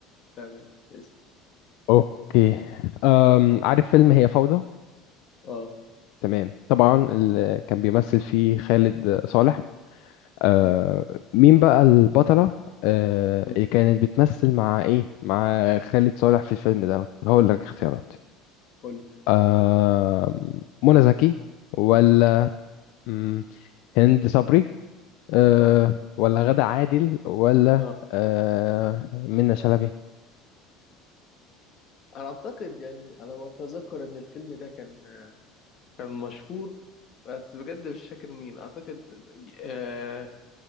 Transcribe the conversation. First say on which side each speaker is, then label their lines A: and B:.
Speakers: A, on the left; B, on the left.
A: تمام اسال
B: اوكي أم عارف فيلم هي فوضى
A: اه
B: تمام طبعا اللي كان بيمثل فيه خالد صالح آه
A: أمم.
B: مين بقى البطلة آه
A: أمم.
B: اللي كانت بتمثل مع ايه مع خالد صالح في الفيلم ده هقول لك اختيارات
A: قول لي.
B: آه منى زكي ولا مم، هند صبري آه
A: اه
B: ولا غادة عادل ولا
A: اه
B: آه منى شلبي
A: انا اعتقد يعني انا ما اتذكر ان الفيلم ده كان كان مشهور بس بجد مش فاكر مين اعتقد آه